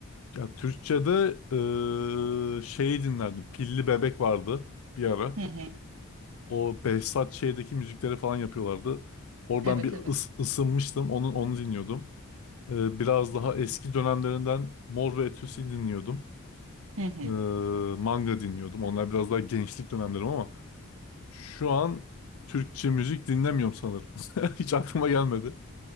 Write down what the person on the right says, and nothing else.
Hı hı.
Evet,
evet.
Hı hı.